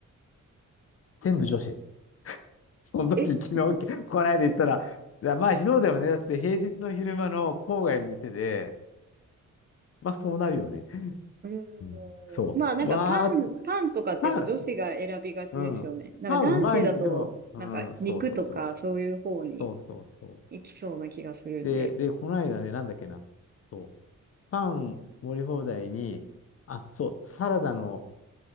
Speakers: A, on the left (about 45°); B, on the right (about 30°).
A: 全部女子。<laughs> その時、
B: え、
A: 昨日、こないだ言ったら、いやまあ、そうだよね。だって平日の昼間の郊外の店で、まあ、そうなるよね。
B: うーん、
A: うん。そう。
B: まあなんかパン、
A: わあ、
B: パンとかってやっぱ女子が選びがちですよね。
A: パン、うん。
B: なんか男子だと、
A: パンうまいね。でも、うん、
B: なんか肉とかそういう方に
A: そうそうそう。そうそうそ
B: いきそうな気がするんで。
A: う。で、で、こないだね、なんだっけな。そう。パン盛り放題に、あ、そう、サラダの